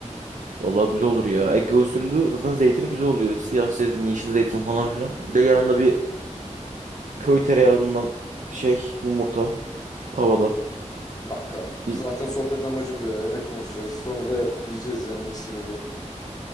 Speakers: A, on the right; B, on the left.
A: Vallahi güzel olur ya. Ege usulü zaten zeytini güzel oluyor. Siyah zeytin, yeşil zeytin falan filan. Bir de yanında bir köy tereyağından şey yumurta tavada.
B: Kanka zaten
A: Biz,
B: sohbet amacı bu ya. Yemek konuşacağız. Sonra da yapıp yiyeceğiz yani ikisi birden.